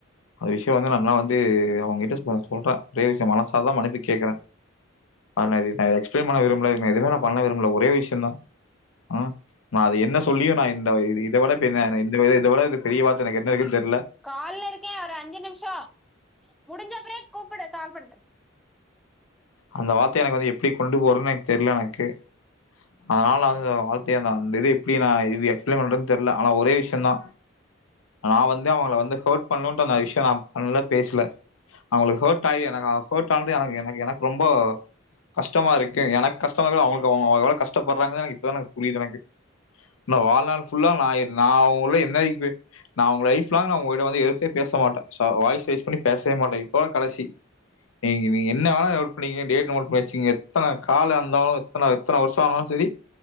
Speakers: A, on the left (about 85°); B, in the centre.
A: அந்த விஷயம் வந்து நல்லா வந்து அவங்ககிட்ட சொ சொல்ற நறைய விஷய மனசாரதா மன்னிப்பு கேக்ற ஆனா இது நா எக்ஸ்பளைன் பண்ண விரும்பலங்க எதுவுமே நா பண்ண விரும்பல ஒரே விஷயந்தா ஆ அது என்ன சொல்லியு நா இந்த இத விட இந்த இதோட பெரிய வார்த்த எனக்கு என்ன இருக்கு தெர்ல
B: கால்ல இருக்கேன் ஒரு அஞ்சு நிமிஷம் முடிஞ்ச அப்பரே கூப்பிடு கால் பண்ணறேன்
A: அந்த வார்த்தைய எனக்கு வந்து எப்டி கொண்டு போறதுன்னு எனக்கு தெர்ல எனக்கு அதனால அந்த வார்த்தைய அந்த இது எப்டி நா இது எக்ஸ்பிளைன் பண்ற தெர்ல ஆனா ஒரே விஷய தா நா வந்து அவங்கள வந்து ஹர்ட் பண்ணுன்ற அந்த விஷயம் நா பண்ல பேசல அவங்களுக்கு ஹர்ட் ஆயி எனக்கு ஹர்ட்டானது எனக்கு எனக்கு எனக்கு ரொம்போ கஷ்டமா இருக்கு எனக்கு கஷ்டம் அவங்களுக்கு அவங்க எவ்ளோ கஷ்டப்படுறாங்கது எனக் இப்பதா எனக் புரிது எனக்கு நா வாழ்நாள் ஃபுல்லா நா நா அவுங்கள என்ன <unintelligible> நா உங்க லைப்லாங் நா உங்ககிட்ட வந்து எதுத்தே பேச மாட்ட சோ வாய்ஸ் ரைஸ் பண்ணி பேசவேமாட்ட இப்பவே கடைசி நீங்க நீங்க என்னவேனா நீங்க டேட் நோட் பண்ணி வச்சிகிங்க எத்தன கால இருந்தாலு எத்தன எத்தன வருஷம் ஆனாலு செரி